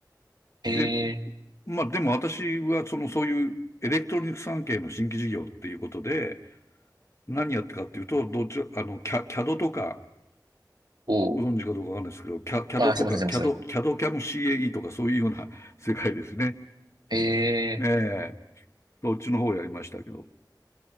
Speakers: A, on the right; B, on the left.
A: ええ、
B: で、まあでも私はそのそういうエレクトロニクス関係の新規事業っていうことで、何やってかっていうと、どっち、あの、キャ、CAD とか、
A: おう。
B: ご存知かどうかわかんないですけど、キャ、CAD
A: あ、
B: とか、
A: すいません、すいません。
B: CAD、CAD CAM CAE とかそういうような世界ですね。
A: ええ、
B: ええーそっちの方をやりましたけど。